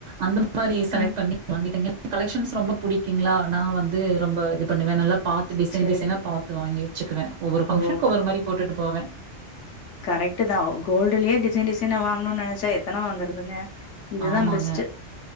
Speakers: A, on the right (about 75°); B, on the left (about 80°).
A: அந்த மாரி செலக்ட்
B: ம்
A: பண்ணி வாங்கிட்டங்கே கலெக்க்ஷன்ஸ் ரொம்ப புடிக்குங்ளா நா வந்து ரொம்ப இது பண்ணுவே நல்லா பாத்து டிசைன்
B: சரிங்க
A: டிசைனா பாத்து வாங்கி வச்சுக்குவே ஒவ்வொரு ஃபங்க்ஷன்க்
B: ஓ
A: ஒவ்வொரு மாரி போட்டுட்டு போவே
B: கரெட்டு தா கோல்டுலேயே டிசைன் டிசைனா வாங்கணுன் நெனச்சா எத்தன வாங்குறதுங்க இதுதா
A: ஆமாங்க.
B: பெஸ்ட்டு